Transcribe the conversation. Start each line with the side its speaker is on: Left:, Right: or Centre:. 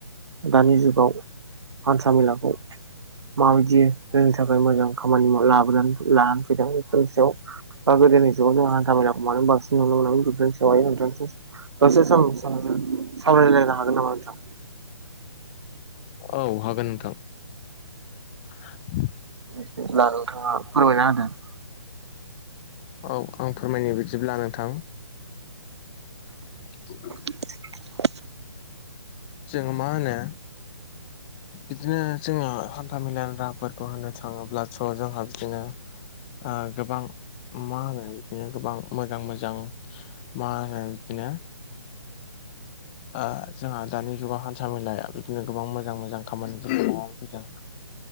Right: दानि जुगाव हान्था मेलाखौ माबायदि जोंनि थाखाय मोजां खामानि लाबोनानै लानानै फैदों बेफोरनि सायाव <unintelligible> <unintelligible> हागोन नामा नोंथां?
Left: औ हागोन नोंथां। <unintelligible>
Right: बिदिब्ला
Left: औ
Right: नोंथाङा फोरमायनानै होदो।
Left: औ आं फोरमायनाय बायदिब्ला नोंथां <inaudible>
Right: <inaudible>
Left: जोङो मा होनो बिदिनो जोङो हान्था मेलानि राहाफोरखौ होननो थाङोब्लाथ' जोंहा बिदिनो ओ गोबां मा होनो बिदिनो गोबां मोजां मोजां मा होनो बिदिनो ओ जोंहा दानि जुगाव हान्था मेलाया बिदिनो गोबां मोजां मोजां खामानिफोरखौ मावानानै फैदों।